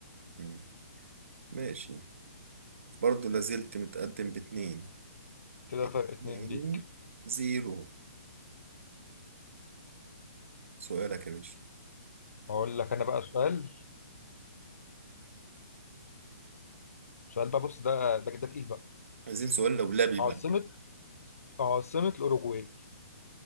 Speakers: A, on the right; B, on the left.
A: مم. ماشي برضه لازلت متقدم باتنين
B: كده
A: اتنين
B: فرق اتنين ليك
A: زيرو سؤالك يا باشا
B: هقول لك انا بقى سؤال سؤال بقى بص ده ده ده تقيل بقى
A: عايزين سؤال لولبي
B: عاصمه
A: بعد كده
B: عاصمه الاوروجواي